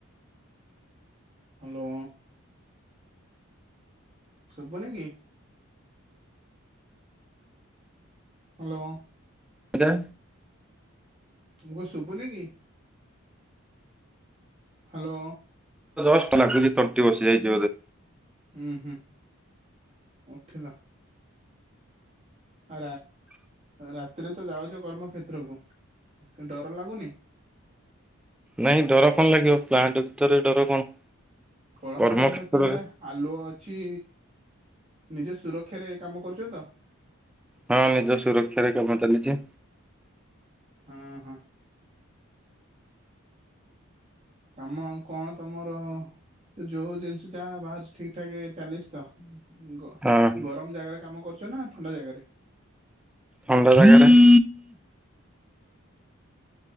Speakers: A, on the right; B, in the centre.
A: ହ୍ୟାଲୋ। ଶୁବୁନି କି? ହ୍ୟାଲୋ।
B: ଆଜ୍ଞା।
A: ମୁଁ କ ଶୁଭୁନି କି? ହ୍ୟାଲୋ।
B: ଜଷ୍ଟ ଲାଗୁଛି, ତଣ୍ଟି ବସି ଯାଇଛିି ବଧେ।
A: ହୁଁ ହୁଁ, ଉଠିଲା। <unintelligible> ରାତିରେ ତ ଯାଉଛ, କର୍ମକ୍ଷେତ୍ରକୁ କି ଡର ଲାଗୁନି?
B: ନାହିଁ, ଡର କଣ ଲାଗିବ? ପ୍ଲାଣ୍ଟ ଭିତରେ ଡର କଣ!
A: କଳକାରାରଖାନା
B: କର୍ମକ୍ଷେତ୍ରରେ
A: ଭିତର ଆଲୁଅ ଅଛି, ନିଜ ସୁରକ୍ଷାରେ କାମ କରୁଛ ତ?
B: ହଁ, ନିଜ ସୁରକ୍ଷାରେ କାମ ଚାଲିଛି।
A: ହଁ ହଁ। କାମ କଣ ତମର? ଯୋଉ ଜିନିଷ ଯାହା ବାହାରୁଛି, ଠିକ୍ ଠାକ୍ ଚାଲିଛି ତ? ଗ
B: ହଁ
A: ଗରମ ଜାଗାରେ କାମ କରୁଛ ନା ଥଣ୍ଡା ଜାଗାରେ?
B: ଥଣ୍ଡା ଜାଗାରେ। <inaudible>